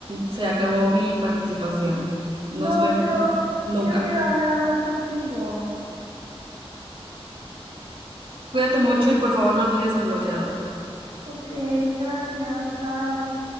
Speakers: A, on the right; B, on the right.
A: se acabó mi participación.
B: No,
A: Nos vemos
B: pero
A: nunca.
B: yo quiero hablar más contigo.
A: Cuídate mucho y por favor no olvides el bloqueador.
B: Ok, gracias, bye.